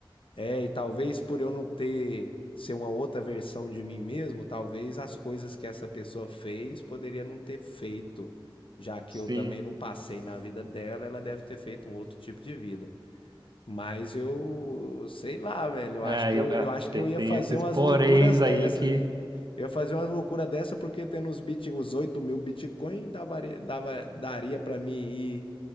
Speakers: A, on the left; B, on the right.
A: É, e talvez por eu não ter ser uma outra versão de mim mesmo, talvez as coisas que essa pessoa fez poderia não ter feito, já que
B: Sim,
A: eu também não passei na vida dela, ela deve ter feito um outro tipo de vida. Mas eu sei lá, velho. Eu
B: é,
A: acho que
B: ia-
A: eu,
B: é,
A: eu acho que
B: tem,
A: eu ia
B: tem
A: fazer
B: esses
A: umas
B: poréns
A: loucuras dessa.
B: aí que.
A: Eu ia fazer umas loucuras dessa porque tendo os bit, os 8 mil Bitcoin dava, dava, daria pra mim ir